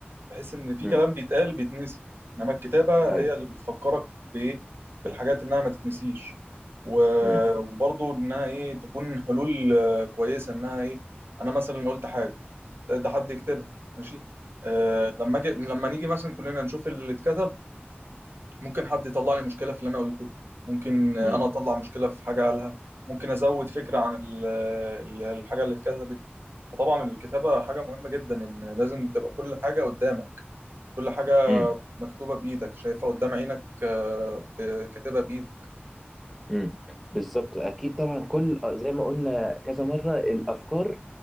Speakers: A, on the right; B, in the centre.
A: بحيث ان في
B: امم
A: كلام بيتقال بيتنسي انما الكتابه
B: ايوه
A: هي اللي بتفكرك بايه بالحاجات انها ما تتنسيش و-
B: امم
A: وبرضو انها ايه تكون حلول آه، كويسه انها ايه انا مثلا قلت حاجه ده حد يكتبها ماشي أه لما اجي لما نيجي مثلا كلنا نشوف اللي اتكتب ممكن حد يطلع لي مشكله في اللي انا قلته ممكن آه،
B: امم
A: انا اطلع مشكله في حاجه قالها ممكن ازود فكره عن ال- ال- الحاجه اللي اتكتبت فطبعا الكتابه حاجه مهمه جدا ان لازم تبقى كل حاجه قدامك كل حاجه
B: امم
A: مكتوبه بايدك شايفها قدام عينك آه، ب- كاتبها بايدك
B: امم بالظبط اكيد طبعا كل زي ما قلنا كذا مره الافكار